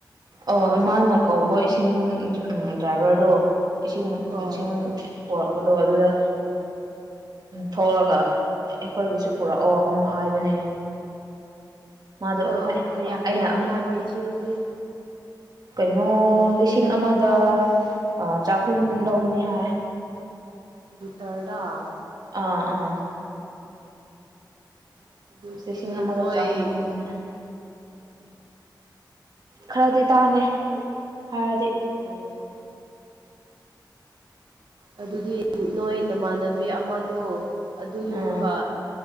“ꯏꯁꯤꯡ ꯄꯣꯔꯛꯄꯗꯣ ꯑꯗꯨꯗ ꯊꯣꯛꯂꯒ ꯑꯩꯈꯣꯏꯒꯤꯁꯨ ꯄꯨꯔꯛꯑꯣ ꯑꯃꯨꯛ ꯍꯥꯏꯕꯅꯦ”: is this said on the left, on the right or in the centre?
Right